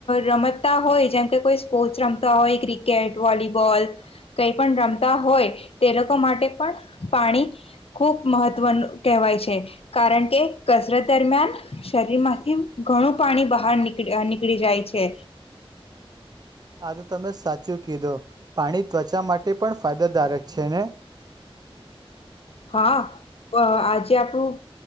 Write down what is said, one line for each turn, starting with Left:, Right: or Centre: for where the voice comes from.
Left: રમતા હોય જેમ કે કોઈ સ્પોર્ટસ રમતા હોય ક્રિકેટ વોલીબોલ કઈ પણ રમતા હોય તે લોકો માટે પણ પાણી ખૂબ મહત્વનું કહેવાય છે કારણ કે કસરત દરમિયાન શરીર માંથી ઘણું પાણી બહાર નીક નીકળી જાય છે
Right: આ તમે સાચું કીધો પાણી ત્વચા માટે પણ ફાયદાદારક છે ને
Left: હા આજે આપણું